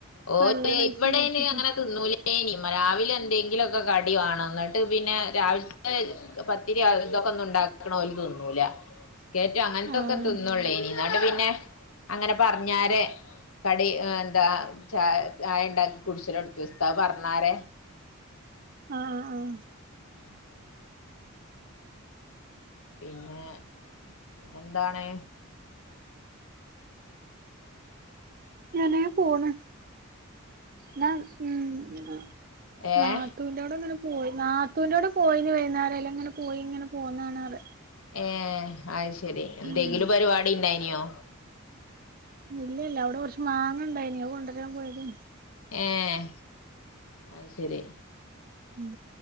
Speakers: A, on the left (about 75°); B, on the right (about 45°).
A: ഓല്
B: വെള്ളം കഴിച്ച്
A: ഇവിടെയിന്
B: വിചാരിച്ചിട്ട്
A: അങ്ങനെ തിന്നൂ ലേനി മ രാവിലെ എന്തെങ്കിലൊക്കെ കടിവാണം ഇന്നെട്ട് പിന്നെ രാവിലത്തെ പത്തിരി അതുതൊക്കെ ഒന്നും ഇണ്ടാക്ക്ണ ഓല് തിന്നൂല ബിസ്ക്കേറ്റോ അങ്ങനത്തൊക്കെ
B: ആഹ്
A: തിന്നോള്ളേനി ഇന്നെട്ട് പിന്നെ അങ്ങനെ പറഞ്ഞാരെ കടി എന്താ ച ചായ ഇണ്ടാക്കി കുടിച്ചലൊട്ത്തി ഉസ്താദ് പറഞ്ഞാര
B: ആഹ് ആഹ്
A: ഉം ഉം പിന്നെ പിന്നെന്താണ്
B: ഇങ്ങനെ പോണ് ഇന്നാ ഉം ഇന്നാ
A: ഏഹ്
B: നാ ത്തൂന്റോടെ ഇങ്ങനെ പോയി നാത്തൂന്റോടെ പോയിനി വൈന്നാരം അയിലെങ്ങനെ പോയിങ്ങനെ പോന്നാണ്റ്യാ
A: ഏഹ് അത് ശെരി എന്തെങ്കിലും
B: ഉം
A: പരിപാടിണ്ടായിന്യോ
B: ഇല്ല ഇല്ല അവ്ടെ കൊറച്ച് മാങ്ങണ്ടായിനി അത് കൊണ്ടരാൻ പോയതേനി
A: ഏഹ് അത് ശെരി
B: ഉം